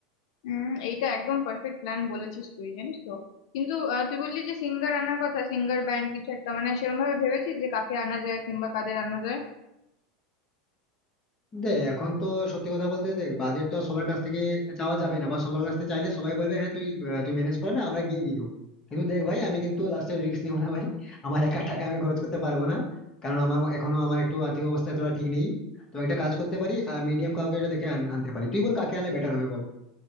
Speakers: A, on the left; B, on the left.
A: হুম এইটা একদম পারফেক্ট প্ল্যান বলেছিস তুই জানিস তো কিন্তু আহ, তুই বললি যে সিঙ্গার আনার কথা সিঙ্গার ব্যান্ড কিছু একটা মানে সেরকম ভাবে ভেবেছিস যে কাকে আনা যায় কিংবা কাদের আনা যায়
B: দেখ এখন তো সত্যি কথা বলতে দেখ বাজেট তো আর সবার কাছ থেকে চাওয়া যাবে না বা সবার কাছ থেকে চাইলে সবাই বলবে হ্যাঁ তুই আহ, তুই ম্যানেজ করে না আমরা গিয়ে দিয়ে দিবো কিন্তু দেখ ভাই আমি কিন্তু লাস্টে রিস্ক নিবো না ভাই <laughs> আমার একা টাকা আমি খরচ করতে পারবো না কারণ আমার এখনো আমার একটু আর্থিক অবস্থা এতটা ঠিক নেই তো একটা কাজ করতে পারি মিডিয়াম কাউকে এটা দেখে আন- আনতে পারি তুই বল কাকে আনলে বেটার হবে বল